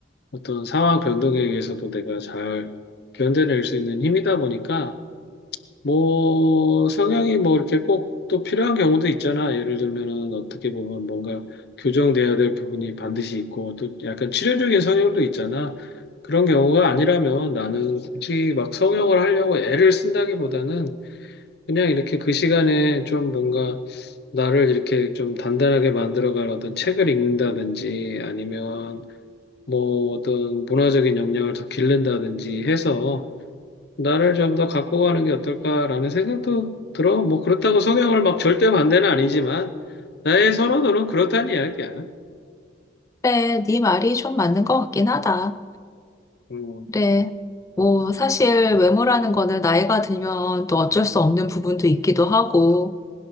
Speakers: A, on the left; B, on the left.
A: 어떤 상황 변동에 의해서도 내가 잘 견뎌낼 수 있는 힘이다 보니까 뭐, 성향이 뭐 이렇게 꼭 또 필요한 경우도 있잖아. 예를 들면은 어떻게 보면 뭔가 교정돼야 될 부분이 반드시 있고 또 약간 치료적인 성향도 있잖아. 그런 경우가 아니라면 나는 굳이 막 성형을 하려고 애를 쓴다기보다는 그냥 이렇게 그 시간에 좀 뭔가 나를 이렇게 좀 단단하게 만들어갈 어떤 책을 읽는다든지 아니면 뭐 어떤 문화적인 역량을 더 기른다든지 해서 나를 좀 더 갖고 가는 게 어떨까라는 생각도 들어. 뭐 그렇다고 성향을 막 절대 반대는 아니지만 나의 선호도는 그렇다는 이야기야.
B: 그래, 네 말이 좀 맞는 것 같긴 하다.
A: 음,
B: 그래, 뭐 사실 외모라는 거는 나이가 들면 또 어쩔 수 없는 부분도 있기도 하고,